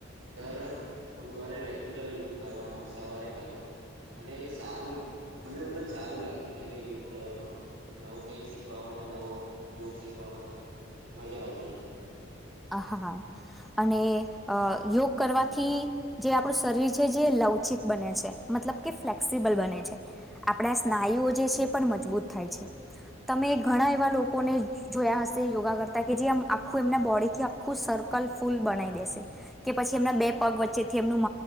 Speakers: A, on the right; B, in the centre.
A: દર બુધવારે રેગ્યુલર યુગ કરવાનો સવારે કર અને સારું મને મતલબ સારું લાગતું કે ભાઈ યોગ કરવાનો. નવું કઈક શિકવા મુ નવો યોગ શિકવામ મજા આવતી.
B: હ હાા અને અ યોગ કરવાથી. જે આપણું શરીર છે જે લવચિક બને છે મતલબ કે ફ્લેક્સિબલ બને છે. આપણા સ્નાયુઓ જે છે પણ મજબૂત થાય છે. તમે ઘણા એવા લોકોને જોયા હશે યોગા કરતા કે જે આમ આખું એમના બોડી થી આખું સર્કલ ફૂલ બનાવી દેશે. કે પછી એમના બે પગ વચ્ચે થી એમનું